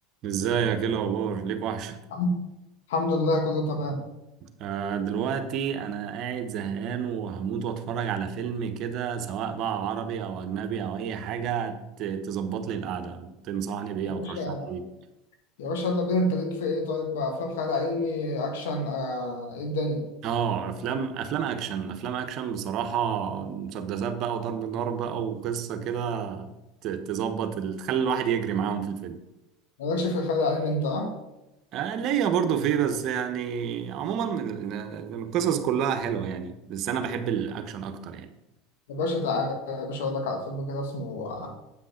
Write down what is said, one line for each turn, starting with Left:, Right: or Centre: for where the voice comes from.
Right: ازيك ايه الاخبار ليك وحشه
Left: الحمد الحمد لله كله تمام
Right: آه دلوقتي انا قاعد زهقان وهموت واتفرج على فيلم كده سواء بقى عربي او اجنبي او اي حاجه ت- تظبط لي القعده تنصحني بايه
Left: يا
Right: او
Left: باشا
Right: ترشح لي ايه
Left: يا باشا يلا بينا انت ليك في ايه طيب بقى افلام خيال علمي اكشن آه ايه الدنيا
Right: اه افلام افلام اكشن افلام اكشن بصراحه مسدسات بقى وضرب نار بقى وقصه كده ت- تظبط ال- تخلي الواحد يجري معاهم في الفيلم
Left: مالكش في الخيال العلمي انت اه
Right: آه ليا برضو فيه بس يعني عموما ال- ال- القصص كلها حلوه يعني بس انا بحب الاكشن اكتر يعني
Left: يا باشا تعالى يا باشا اقول لك على فيلم كده اسمه آه